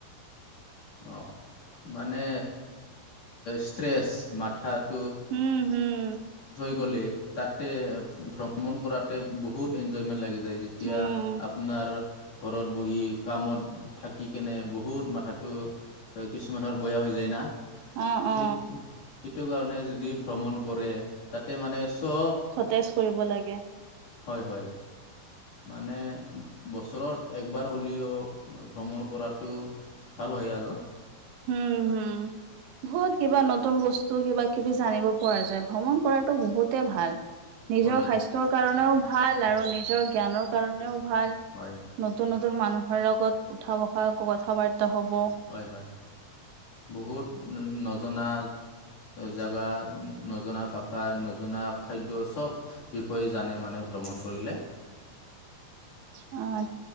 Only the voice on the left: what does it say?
অঁ মানে সষ্ট্ৰেছ মথাত।
গলে তাতে ভ্ৰমণ কৰাতে বহুত এনজয়মেন্ট লাগি। যেতিয়া
আপোনাৰ। ঘৰত বহি কামত থাকি কেনে বহুত মাথা। কিছুমানুহৰ বেয়া হৈ যায় না।
সেই সেইটো কাৰণে যদি ভ্ৰমণ কৰে তাতে মানে চব।
হয় হয়। মানে বছৰত একবাৰ হ'লেও ভ্ৰমণ কৰাতটো ভাল। ভাল হয় আৰু।
হয়
হয়
হয় হয় বহুত নজনা জাগা, নজনা ভাষা,। খাদ্য সব বিষয়ে জানে মানে ভ্ৰমণ কৰিলে।